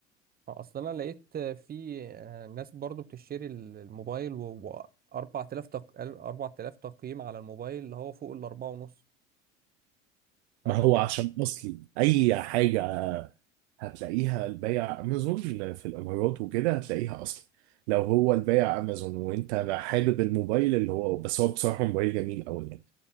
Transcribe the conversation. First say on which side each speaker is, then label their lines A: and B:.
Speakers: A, on the right (about 25°); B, on the right (about 55°).
A: آه، اصل انا لقيت آه، في آه، ناس برضو بتشتري ال- الموبايل و 4000 تق... 4000 تقييم على الموبايل اللي هو فوق الأربعة ونص فده
B: ما هو
A: كده
B: عشان اصلي اي حاجه هتلاقيها البيع امازون في الامارات وكده هتلاقيها اصلي لو هو البيع امازون وانت حابب الموبايل اللي هو بس هو بصراحه موبايل جميل قوي يعني